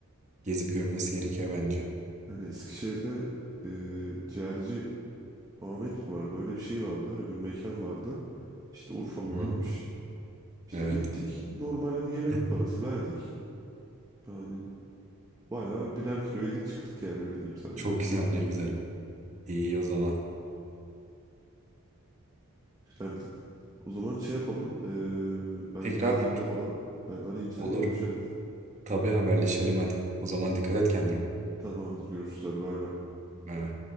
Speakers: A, on the right; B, on the right.
A: Gezip görmesi gerekiyor bence.
B: Yani Eskişehir'de e, ciğerci Ahmet mi vardı? Öyle bir şey vardı. Öyle bir mekan vardı. İşte Urfalılarmış.
A: Hı hı.
B: İşte
A: Evet.
B: gittik normalde yemek
A: <laughs>
B: parası verdik. Yani bayağı birer kilo yedik çıktık yani öyle diyeyim sana
A: Çok
B: inanılmazdı.
A: güzel ne güzel. İyi o zaman.
B: Güzeldi. O zaman şey yapalım eee,
A: <clears throat>
B: ben
A: Tekrar
B: geldiğimde falan ben arayayım seni
A: olur.
B: görüşelim.
A: Tabii haberleşelim hadi. O zaman dikkat et kendine.
B: Tamamdır görüşürüz hadi bay bay.
A: Ee,